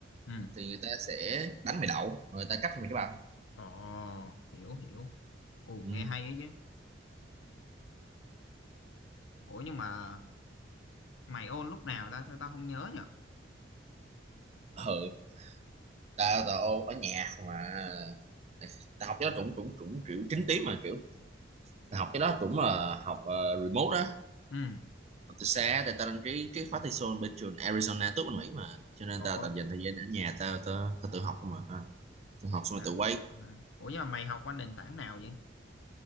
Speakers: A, on the left; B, on the right.
A: ừ
B: thì người ta sẽ đánh mày đậu rồi người ta cấp cho mày cái bằng
A: ồ hiểu hiểu ồ
B: ừ.
A: nghe hay ấy chứ ủa nhưng mà mày ôn lúc nào ta sao tao không nhớ nhở
B: ừ tao tao ở nhà mà tao học cho nó cũng cũng cũng kiểu chính tím mà kiểu tao học cái đó cũng là học ờ, remote đó
A: ừ
B: học từ xa tại tao đăng ký cái khóa thi sol bên trường Arizona tốt bên Mỹ mà cho nên
A: trời
B: tao
A: ơi
B: toàn dành thời gian ở nhà tao tao, tao tự học không mà tự học xong
A: Sarina.
B: rồi tự quay
A: ủa nhưng mà mày học qua nền tảng nào vậy